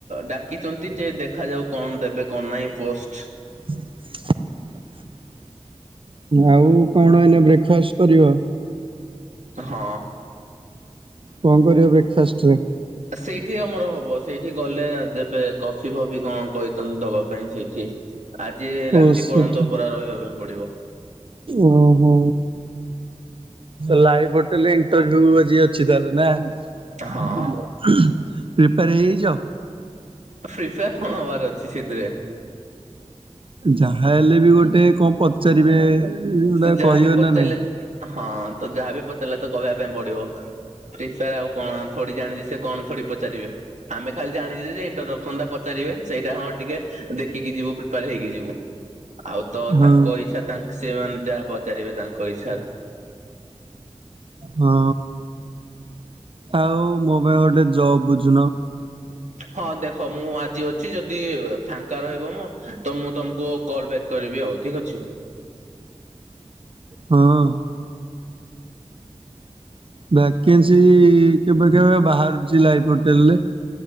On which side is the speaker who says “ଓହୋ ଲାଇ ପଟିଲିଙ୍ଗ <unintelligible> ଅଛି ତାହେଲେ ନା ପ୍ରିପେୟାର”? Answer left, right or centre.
Right